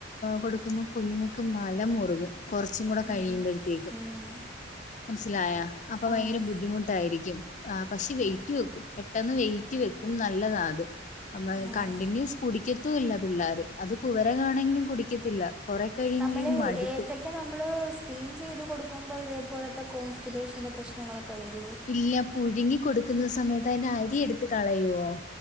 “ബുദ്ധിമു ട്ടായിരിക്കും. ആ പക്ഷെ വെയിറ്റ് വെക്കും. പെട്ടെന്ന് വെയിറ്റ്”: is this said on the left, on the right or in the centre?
Left